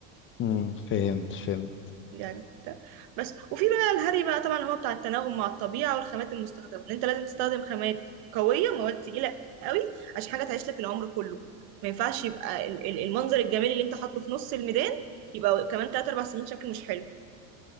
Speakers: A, on the left (about 25°); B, on the right (about 50°).
A: امم فهمت فهمت
B: يعني ده. بس وفي بقى الهري بقى طبعا هو بتاع التناغم مع الطبيعة والخامات المستخدمة ان انت لازم تستخدم خامات قوية مواد تقيلة قوي عشان حاجة تعيش لك العمر كله ما ينفعش يبقى ال- ال- المنظر الجميل اللي انت حاطه في نص الميدان يبقى كمان 3 4 سنين شكله مش حلو